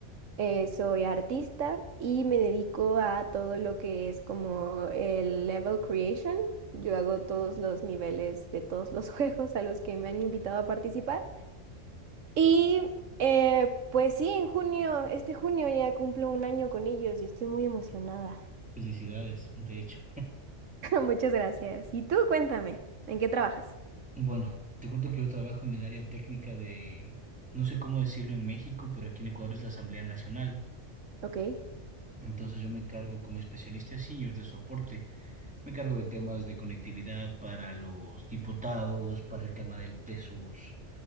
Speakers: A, on the right; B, in the centre.
A: Eh, soy artista y me dedico a todo lo que es como el level creation. Yo hago todos los niveles de todos los <laughs> juegos a los que me han invitado a participar. Y eh, pues sí, en junio, este junio ya cumplo un año con ellos y estoy muy emocionada.
B: Felicidades, de hecho.
A: <laughs> Muchas gracias. Y tú, cuéntame, ¿en qué trabajas?
B: Bueno, te cuento que yo trabajo en el área técnica de, no sé cómo decirlo en México, pero aquí en Ecuador es la Asamblea Nacional.
A: Ok.
B: Entonces yo me encargo como especialista senior de soporte Me cargo de temas de conectividad para los diputados, para el tema del- de, sus,